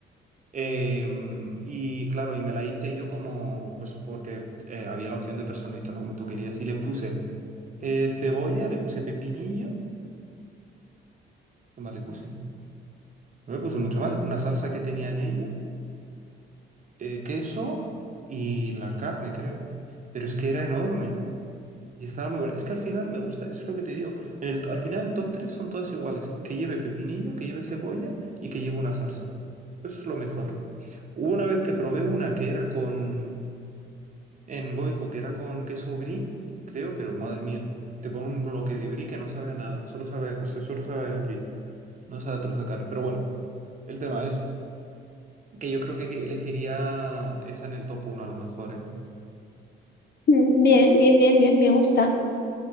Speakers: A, on the right; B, on the left.
A: Em, y claro, y me la hice yo como, pues porque eh, había la opción de personalizarlo como tú querías. Y le puse eh, cebolla, le puse pepinillo, ¿qué más le puse? No le puse mucho más, una salsa que tenía en ello, eh, queso y la carne, creo. Pero es que era enorme. Y estaba muy buena. Es que al final me gusta, es lo que te digo. en el- al final el top 3 son todas iguales. Que lleve pepinillo, que lleve cebolla y que lleve una salsa. Eso es lo mejor. Hubo una vez que probé una que era con... En Goico, que era con queso brie, creo, pero madre mía. Te pone un bloque de brie que no sabe a nada. Solo sabe, o sea, solo sabe a brie. No sabe a trozo de carne. Pero bueno, el tema es que yo creo que elegiría esa en el top uno a lo mejor, ¿eh?
B: bien, bien, bien, me gusta.